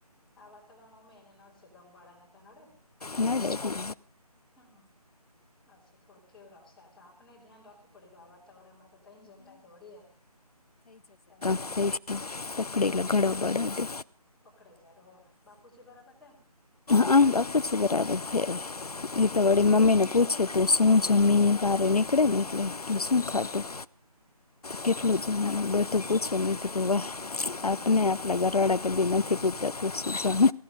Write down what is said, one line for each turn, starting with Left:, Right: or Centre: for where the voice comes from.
Centre: આ વાતાવરણ ઓમે એને નડશે દમવાળા ને તો નડે ને ભેજવાડુ
Left: નડે હંક
Centre: હમ આવશે થોડુંક કેવું રાખશે આ તો આપને ધ્યાન રાખવું પડે આ વાતાવરણમાં તો તઇ ચમતા તોડી હૈ <unintelligible>
Left: એજ ને પકડેલા ઘડા બાડા દે
Centre: પકડાઇ જાઈ રોહ બાપુજી બરાબર છે ને
Left: હા બાપુજી બરાબર છે એ તો વળી મમ્મીને પૂછે તો શું જમી વારે નીકળે ને એટલે શું ખાધું કેટલું
Centre: હા હા
Left: જમાનું બ તો પૂછો મેં કીધું વાહ આપને આપના ઘરવાળા કેધી નથી પૂછતા પુસી જો